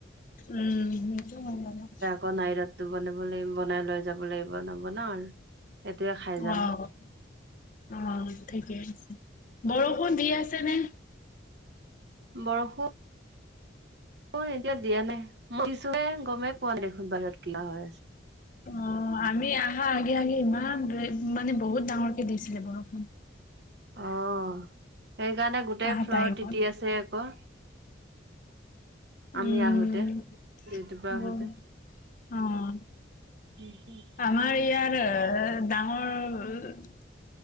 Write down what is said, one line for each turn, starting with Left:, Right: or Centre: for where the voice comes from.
Left: উম সেইটো <unintelligible>
Right: বনাই ৰাটো বনাব লাগিব বনাই লৈ যাব লাগিব নবনাও আৰু এতিয়া খাই যাম
Left: অ', অ', ঠিকে আছে, বৰষুণ দি আছে নে?
Right: বৰষুণ অ', এতিয়া দিয়া নাই মই কিছু গমেই পোৱা নাই দেখোন বাহিৰত কিবা হৈ আছে
Left: অ', আমি আহা আগে আগে ইমান মানে বহুত ডাঙৰকে দিছিলে বৰষুন।
Right: অ', সেইকাৰণে গোটেই
Left: আহা
Right: ফ্লৰত
Left: টাইমত
Right: তিতি আছে আকৌ।
Left: উম,
Right: আমি আহোতে ডিউটি পা
Left: ব-
Right: আহোতে।
Left: অ'।
Right: হম, হম।
Left: আমাৰ ইয়াৰ ডাঙৰ